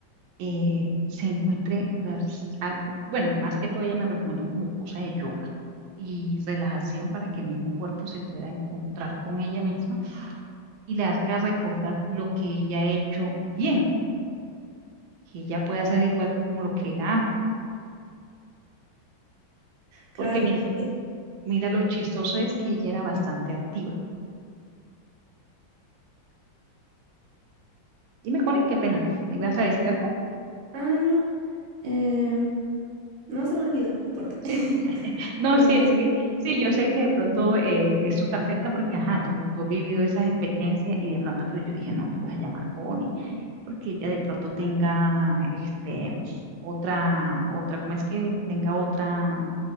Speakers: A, on the right; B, on the right.
A: eh, se encuentre, o sea, s- ha- bueno, más que todo ella me recomendó como cosa de yoga y relajación para que el mismo cuerpo se pueda encontrar con ella misma y le haga recordar lo que ella ha hecho bien, que ella puede hacer igual como lo que era antes.
B: claro,
A: Porque mire,
B: es-
A: mira lo chistoso es que ella era bastante activa. Dime, Connie, qué pena. ¿Ibas a decir algo?
B: ah, no, eh, no se me olvidó, no importa.
A: Sí.
B: <laughs>
A: <laughs> No,
B: Eh,
A: sí, es que sí, yo sé que de pronto eh, esto te afecta porque, ajá, tú, tú has vivido esas experiencias y de pronto, pero yo dije, no, yo voy a llamar a Connie porque ella de pronto tenga, este, otra, otra, ¿cómo es que tenga otra?